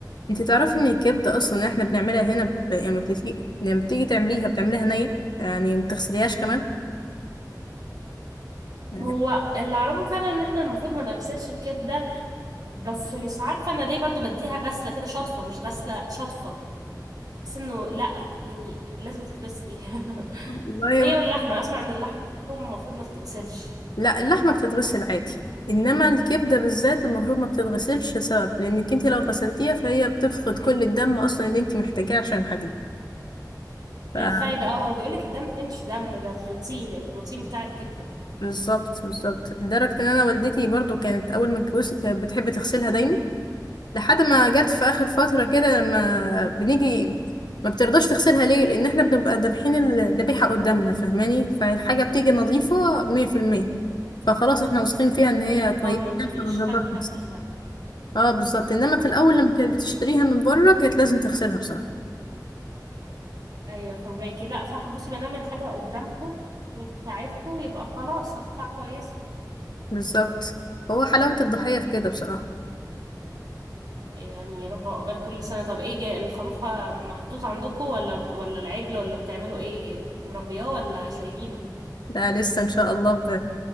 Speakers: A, on the left (about 75°); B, on the right (about 65°).
A: انت تعرفي ان الكبده اصلا احنا بنعملها هنا ب... لما بتيجي لما بتيجي تعمليها بتعمليها نيه يعني ما بتغسليهاش كمان يعني
B: هو اللي اعرفه فعلا ان احنا المفروض ما نغسلش الكبده بس مش عارفة أنا ليه برضو بديها غسلة كده شطفة مش غسلة شطفة بحس إنه لأ يعني لازم تتغسلي <laughs>
A: والله
B: هي واللحمة أسمع إن اللحمة برضو المفروض ما تتغسلش
A: لا اللحمه بتتغسل عادي انما الكبده بالذات المفروض ما بتتغسلش سبب لانك انت لو غسلتيها فهي بتفقد كل الدم اصلا اللي انت محتاجاه عشان الحديد ف-
B: الفايدة اه هو بيقولك الدم ده مش دم ده بروتين البروتين بتاع الكبدة
A: بالظبط بالظبط لدرجه ان انا والدتي برضو كانت اول ما اتجوزت كانت بتحب تغسلها دايما لحد ما جت في اخر فتره كده لما بنيجي ما بترضاش تغسلها ليه لان احنا بنبقى دابحين الذبيحه قدامنا فاهماني فالحاجه بتيجي نظيفه 100% فخلاص احنا واثقين فيها ان هي كويسه
B: اه ما بتبقيش
A: فما بنرضاش
B: شاكة
A: نغسلها
B: فيها
A: اه بالظبط انما في الاول
B: أيوة
A: لما كانت بتشتريها من بره كانت لازم تغسلها بصراحه
B: أيوة فهماكي لأ صح بصي ما دام الحاجة قدامكوا بتاعتكوا يبقى خلاص هتطلع كويسة
A: بالظبط هو حلاوه الضحيه في كده بصراحه
B: يعني يا رب عقبال كل سنة طب ايه جا- الخروف ه- محطوط عندكم ولا ولا العجل ولا بتعملوا ايه مربياه ولا شايلينه
A: ده لسه ان شاء الله ب...